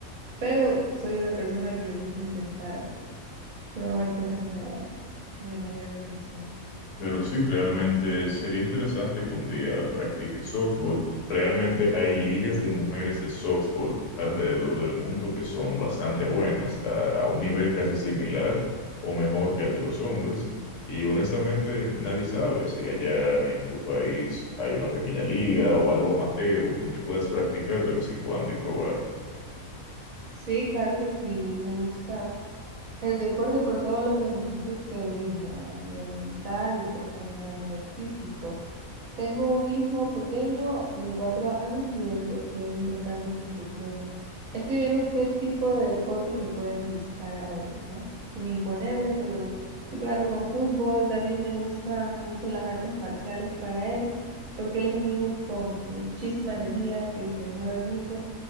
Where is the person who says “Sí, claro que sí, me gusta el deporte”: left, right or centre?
Right